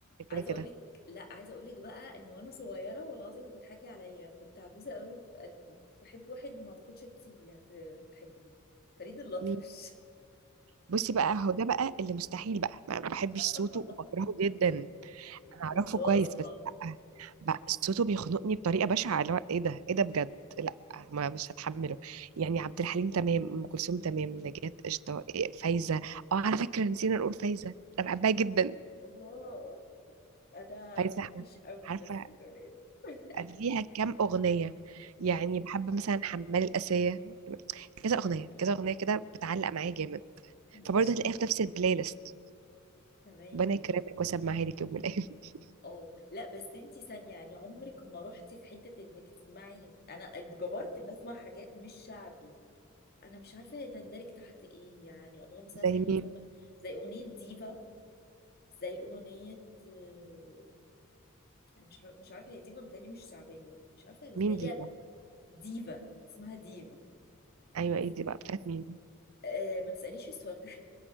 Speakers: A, on the right; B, on the left.
A: كده
B: عايزه
A: كده
B: اقول لك لا عايزه اقول لك بقى ان وانا صغيره والله العظيم هتضحكي عليا كنت عجوزه قوي في قلبي كنت بحب واحد ما اعتقدش انت هت... هتحبيه فريد الأطرش
A: مين بصي بقى هو ده بقى اللي مستحيل بقى ما ما بحبش
B: <laughs>
A: صوته وبكرهه جدا انا اعرفه
B: كنت واثقه
A: كويس بس لا بقى صوته بيخنقني بطريقه بشعه اللي هو ايه ده ايه ده بجد لا ما مش هتحمله يعني عبد الحليم تمام ام كلثوم تمام نجاة قشطه إيه، فايزه اه على فكره نسينا نقول فايزه انا بحبها جدا
B: الله انا
A: فايزه احمد
B: مش قوي
A: عارفه
B: بس تمام <laughs>
A: فيها كام أغنية يعني بحب مثلا حمال الآسية كذا أغنية
B: اوكي
A: كذا أغنية كده بتعلق معايا جامد
B: ماشي
A: فبرضه هتلاقيها في نفس البلاي ليست
B: تمام
A: ربنا يكرمك وسمعها لك يوم من الأيام <laughs>
B: اه لا بس انتي ثانية يعني عمرك ما رحتي في حتة انك تسمعي انا اتجبرت ان اسمع حاجات مش شعبي انا مش عارفه هي تندرج تحت ايه يعني اللهم صل
A: زي
B: على سيدنا محمد
A: مين
B: زي اغنيه ديفا زي اغنيه آه، أنا مش عارفه مش عارفه هي ديفا بتهيألي مش شعبيه مش عارفه بس
A: مين
B: هي
A: دي بقى
B: ديفا اسمها ديفا
A: أيوة
B: بس
A: إيه دي بقى بتاعت مين
B: أه ما تسالنيش السؤال ده